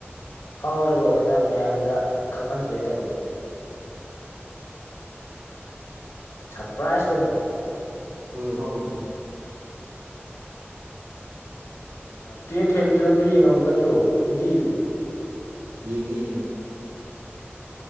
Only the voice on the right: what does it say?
ꯍ ꯐꯥꯎꯅ
ꯌꯦꯡꯉꯦ ꯌꯦꯡꯉꯦ